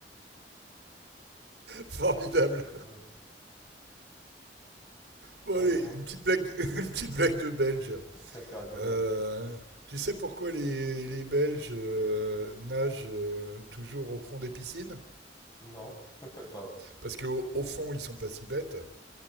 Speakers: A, on the right; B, on the left.
A: Formidable.
B: Ouais,
A: Bon
B: Ouais,
A: allez,
B: c'est bon.
A: une petite blague, de- <laughs> une petite blague de Belge.
B: <laughs> D'accord, la blague
A: Euh,
B: de mec.
A: tu sais pourquoi les, les Belges euh, nagent euh, toujours au fond des piscines?
B: Non, <laughs> attends.
A: Parce qu'au au fond, ils sont pas si bêtes.